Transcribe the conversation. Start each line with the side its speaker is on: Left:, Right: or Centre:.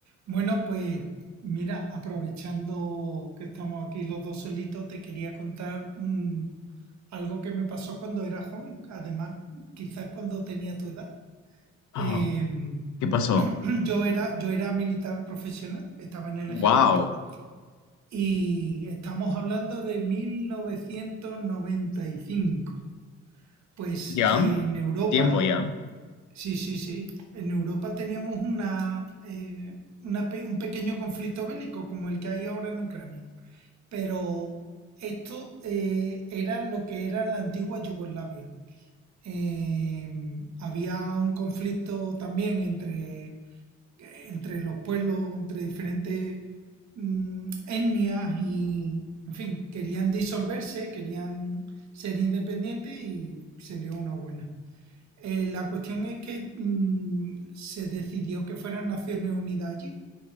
Right: Bueno, pues mira, aprovechando que estamos aquí los dos solitos, te quería contar un, algo que me pasó cuando era joven, además quizás cuando tenía tu edad.
Left: Ah,
Right: Eh,
Left: ¿qué pasó?
Right: <clears throat> yo era, yo era militar profesional, estaba en el
Left: Wow,
Right: ejército y estamos hablando de 1995. Pues
Left: ya,
Right: eh, en Europa
Left: tiempo ya,
Right: Sí, sí, sí. En Europa teníamos una, eh, una pe- un pequeño conflicto bélico como el que hay ahora en Ucrania. Pero esto eh, era lo que era la antigua Yugoslavia. Eh, había un conflicto también entre, entre los pueblos, entre diferentes mm, etnias y, en fin, querían disolverse, querían ser independientes y se lió una buena. Eh, la cuestión es que mm, se decidió que fueran Naciones Unidas allí